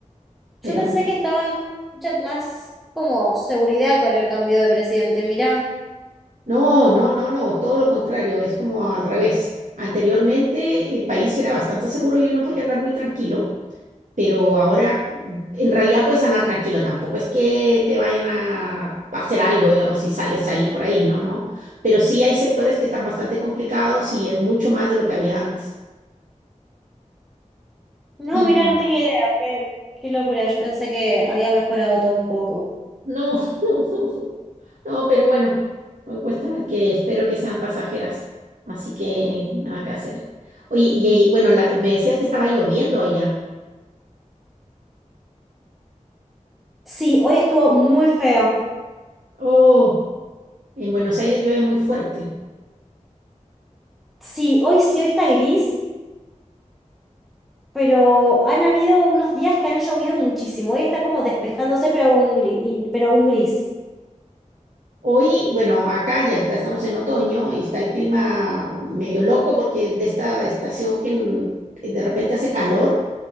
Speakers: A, on the right; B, in the centre.
A: Pero
B: Yo pensé
A: no.
B: que estaba mucha más como seguridad con el cambio de presidente, mirá.
A: No, no, no, no, todo lo contrario, es como al revés. Anteriormente el país era bastante seguro y uno podía andar muy tranquilo, pero ahora mm, en realidad puedes andar tranquilo, tampoco es que te vayan a hacer algo, digamos, si sales ahí por ahí, no, no. Pero sí hay sectores que están bastante complicados y es mucho más de lo que había antes.
B: No,
A: Y
B: mirá, no tenía idea, qué, qué locura, yo pensé que había mejorado todo un poco.
A: no, <laughs> no, pero bueno, son cuestiones que espero que sean pasajeras, así que nada que hacer. Oye, y, y, bueno, la- me decías que estaba lloviendo allá.
B: Sí, hoy estuvo muy feo.
A: Oh, en Buenos Aires llueve muy fuerte.
B: Sí, hoy sí, hoy está gris, pero han habido unos días que han llovido muchísimo. Hoy está como despejándose, pero un, gri- pero un gris.
A: Hoy, bueno, acá ya ya estamos en otoño y está el clima medio loco porque es de esta estación que en- de repente hace calor